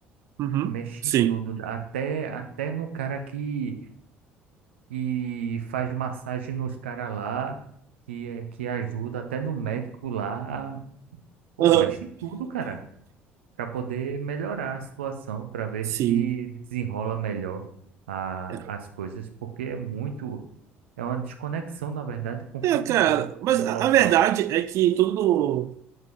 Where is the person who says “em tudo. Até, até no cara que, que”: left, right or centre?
Right